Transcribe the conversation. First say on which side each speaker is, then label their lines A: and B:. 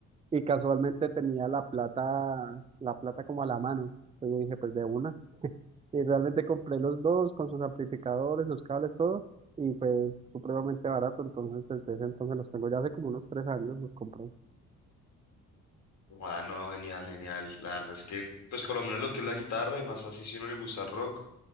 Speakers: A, on the right; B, on the left.
A: Y casualmente tenía la plata, la plata como a la mano. Entonces yo dije, pues de una. Y realmente compré los dos con sus amplificadores, los cables, todo. Y fue supremamente barato. Entonces desde ese entonces los tengo ya hace como unos tres años los compré.
B: Ah, no, genial, genial. La verdad es que, pues por lo menos lo que es la guitarra y más así si uno le gusta el rock.